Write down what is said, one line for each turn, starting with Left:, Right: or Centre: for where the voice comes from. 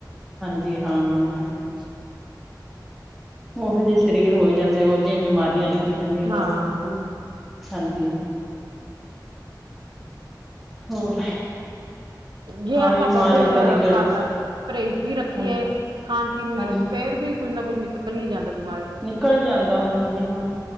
Centre: ਜੀ ਹਾਂ।
Right: ਹਮ
Centre: ਓੋ ਜਿਹੇ ਸਰੀਰ ਹੋਈ ਜਾਂਦੇ, ਉਹ ਜਿ ਬਿਮਾਰੀਆਂ ਲੱਗੀ ਜਾਂਦੀਆਂ
Right: ਹਾਂ
Centre: ਬਸ,
Right: ਵੀ ਨਾ
Centre: ਹਾਂਜੀ। ਹੋਰ।
Right: ਜੇ ਆਪਾਂ
Centre: ਆਇਓ ਮਾਰਿਓ
Right: ਵਧ ਅ
Centre: ਕਦੀ ਗੇੜਾ
Right: ਖਾ ਪਰਹੇਜ਼ ਵੀ ਰੱਖੀ
Centre: ਹਾਂਜੀ
Right: ਹੈ ਖਾਣ ਪੀਣ ਵਿੱਚ
Centre: ਹਾਂਜੀ
Right: ਫੇਰ ਵੀ ਕੁੱਝ ਨਾ ਕੁੱਝ ਨਿਕਲ ਹੀ ਜਾਂਦਾ ਬਿਮਾਰੀ
Centre: ਨਿਕਲ ਜਾਂਦਾ ਹਾਂਜੀ ਹਾਂ